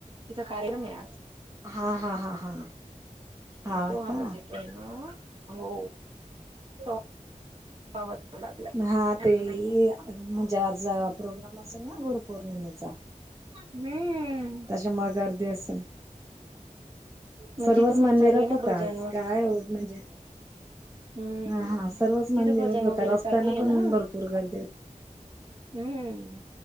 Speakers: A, on the right; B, on the right.
A: तिचा कार्यक्रम आहे.
B: हा हा हा हा हा
A: मग तो
B: का
A: अवाज येतोय का? हो. तो आवाज येऊ लागलाय.
B: हा ते
A: अजूनही
B: म्हणजे आज प्रोग्राम असेल ना गुरुपौर्णिमेचा.
A: हम्म
B: त्याच्यामुळे गर्दी असेल.
A: मग
B: सर्वच
A: तिथं पण
B: मंदिरात
A: चालू आहे ना
B: होता
A: भजन
B: आज
A: वगैरे
B: काय म्हणजे
A: हम्म,
B: हा हा सर्वच मंदिरात
A: तिथं भजन
B: होता
A: वगैरे
B: रस्त्याना
A: चालू आहे
B: पण
A: ना,
B: भरपूर गर्दी होती
A: हम्म,